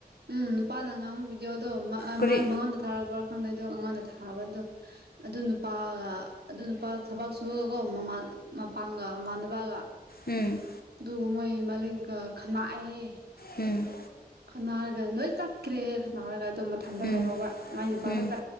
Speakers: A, on the right; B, on the left.
A: ꯎꯝ ꯅꯨꯄꯥꯅ ꯉꯥꯡꯕꯕꯤꯗꯣ ꯑꯗꯣ
B: ꯀꯔꯤ
A: ꯃꯉꯣꯟꯗ ꯊꯥꯔꯛꯄꯥ ꯈꯪꯗꯩꯗꯣ ꯑꯩꯉꯣꯟꯗ ꯊꯥꯛꯕꯗꯣ ꯑꯗꯨ ꯅꯨꯄꯥꯒ ꯑꯗꯨ ꯅꯨꯄꯥ ꯊꯕꯛ ꯁꯨꯔꯒꯀꯣ ꯃꯃꯥ ꯃꯄꯥꯡꯒ ꯃꯅꯕꯒ
B: ꯎꯝ
A: ꯑꯗꯨꯒ ꯃꯣꯏ ꯃꯂꯤꯛꯒ ꯈꯅꯥꯛꯑꯍꯦ
B: ꯎꯝ
A: ꯈꯅꯥꯔꯒ ꯂꯣꯏ ꯆꯠꯈ꯭ꯔꯦ ꯈꯠꯅꯥꯔꯒ ꯑꯗꯨꯝ ꯃꯊꯟꯗ
B: ꯎꯝ
A: ꯂꯩꯍꯧꯕ ꯃꯥꯏ ꯅꯨꯄꯥ
B: ꯎꯝ
A: ꯈꯛꯇ